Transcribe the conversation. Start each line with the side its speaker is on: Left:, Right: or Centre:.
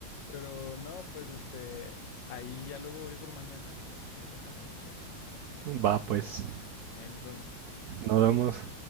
Left: Pero no, pues este, ahí ya luego, yo creo mañana, ahí lo calamos, pues.
Right: Va, pues,
Left: Chale, ahí nos vemos.
Right: nos vemos.